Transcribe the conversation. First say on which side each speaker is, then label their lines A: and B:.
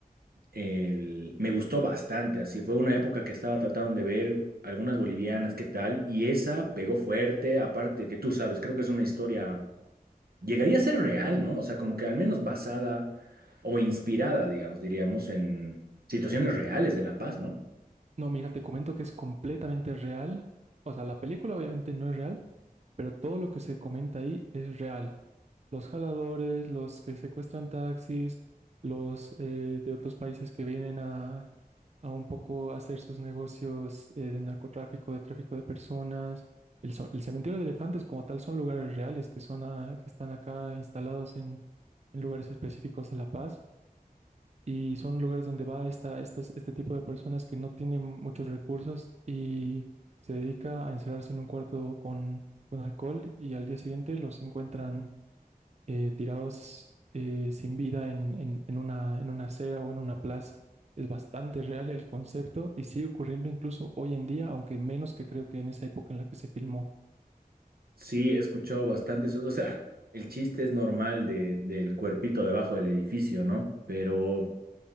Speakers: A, on the right; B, on the right.
A: El- me gustó bastante, así fue una época que estaba tratando de ver algunas bolivianas, qué tal, y esa pegó fuerte, aparte que tú sabes, creo que es una historia, llegaría a ser real, ¿no? O sea, como que al menos basada o inspirada, digamos, diríamos, en situaciones reales de La Paz, ¿no?
B: No, mira, te comento que es completamente real. O sea, la película obviamente no es real, pero todo lo que se comenta ahí es real. Los jaladores, los que secuestran taxis, los eh, de otros países que vienen a, a un poco hacer sus negocios eh, de narcotráfico, de tráfico de personas. El, so- el cementerio de elefantes como tal son lugares reales que, son a- que están acá instalados en en lugares específicos de La Paz. Y son lugares donde va esta, estas- este tipo de personas que no tienen muchos recursos y se dedica a encerrarse en un cuarto con, con alcohol y al día siguiente los encuentran eh, tirados eh, sin vida en, en- en una, en una acera o en una plaza. Es bastante real el concepto y sigue ocurriendo incluso hoy en día, aunque menos que creo que en esa época en la que se filmó.
A: Sí, he escuchado bastante eso. O sea, el chiste es normal de, del cuerpito debajo del edificio, ¿no? Pero